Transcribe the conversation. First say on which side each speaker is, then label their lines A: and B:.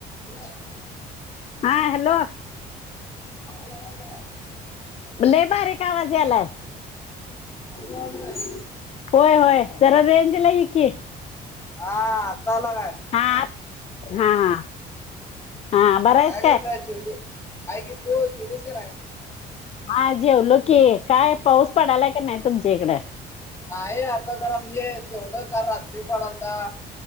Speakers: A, on the left; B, on the left.
A: हॅ
B: हा हॅलो
A: लाला का आहे
B: लय बारीक आवाज यायलाय
A: अ काश
B: होय होय जरा रेंजला की
A: हा ला काय
B: हा हा हा हा बरा आहेस
A: काय करलाय चिवली आहे कि तो चिवलीस कर आहे
B: हा जेवलो की काय पाऊस पडायला काी नाही तुमच्या इकडं
A: नाही आता जरा म्हणजे तेवढं काल रात्री पडलता